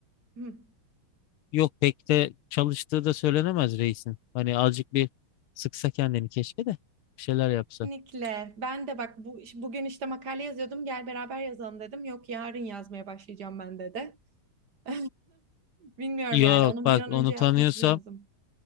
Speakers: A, on the right (about 50°); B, on the left (about 80°).
A: hı.
B: yok pek de çalıştığı da söylenemez reisin. Hani azıcık bir sıksa kendini keşke de bir şeyler yapsa.
A: Kesinlikle. Ben de bak bu bugün işte makale yazıyordum. Gel beraber yazalım dedim. Yok yarın yazmaya başlayacağım ben de de. <laughs> Bilmiyorum
B: Yok
A: yani onun
B: bak
A: bir an
B: onu
A: önce yapması
B: tanıyorsam
A: lazım.